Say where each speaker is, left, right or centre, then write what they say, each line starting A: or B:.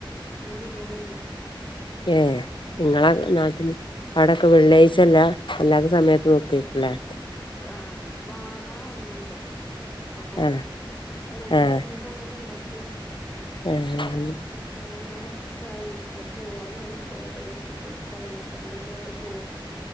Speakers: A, on the left; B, on the left.
A: ഇന്ന് ബിരിയാണീന്നെ
B: ഏ നിങ്ങളെ നാളത്തിന് അവിടൊക്കെ വെള്ളിയാഴ്ല്ല അല്ലാത്ത സമയത്ത് നോക്കക്കുല്ലേ
A: ആഹ് ബാങ്ങള വന്നണ്ട് അപ്പൊ
B: ആഹ്
A: ഓന്
B: ആഹ്
A: പറഞ്ഞപ്പ അങ്ങനെ ഉണ്ടാക്കിതാ
B: ആഹ്
A: ഒന്ന് കുറച്ചായി ഓൻ പോവാനായി ഇപ്പോ ഏകദേശൊക്കെ പതിനെട്ടാം തീയക്കായിട്ട് പോകും